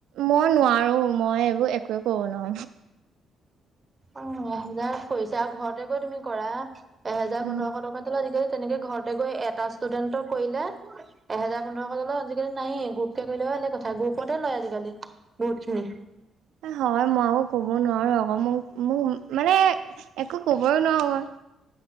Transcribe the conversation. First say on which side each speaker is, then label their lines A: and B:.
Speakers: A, on the right; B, on the right.
A: মই নোৱাৰো মই এইবোৰ একোৱে কৰো ন
B: উম এহেজাৰ কৰিছে আৰু ঘৰতে গৈ তুমি কৰা এহেজাৰ
A: উম
B: পোন্ধৰশ টকা। আজিকালি তেনেকে ঘৰতে গৈ এটা ষ্টুডেন্টক কৰিলে এহেজাৰ পোন্ধৰশ তলত আজিকালি নাইয়ে গ্ৰুপকে কৰিলে বেলেগ কথা গ্ৰুপতে লয় আজিকালি বহুত খিনি
A: হয় মই আৰু ক'ব নোৱাৰো আকৌ, মোক মোক মানে একো কবই নোৱাৰো মই।